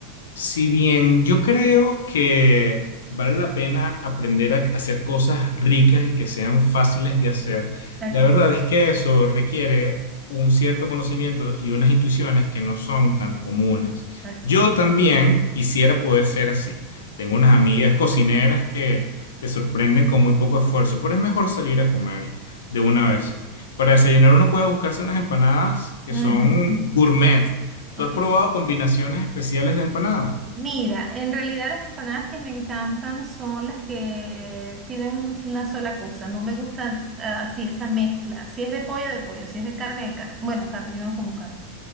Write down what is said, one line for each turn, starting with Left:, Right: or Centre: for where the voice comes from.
Left: Si bien yo creo que vale la pena aprender a hacer cosas ricas y que sean fáciles de hacer,
Right: Ok,
Left: la verdad es que eso requiere un cierto conocimiento y unas intuiciones que no son tan comunes.
Right: ok.
Left: Yo también quisiera poder ser así. Tengo unas amigas cocineras que te sorprenden con muy poco esfuerzo, pero es mejor salir a comer de una vez. Para desayunar uno puede buscarse unas empanadas que
Right: Ujú,
Left: son gourmet ¿Tú
Right: Ok.
Left: has probado combinaciones especiales de empanada?
Right: Mira, en realidad las empanadas que me encantan son las que tienen un- una sola cosa. No me gusta ah, así esa mezcla. Si es de pollo, de pollo. Si es de carne, de carne. Bueno, carne, yo no como carne.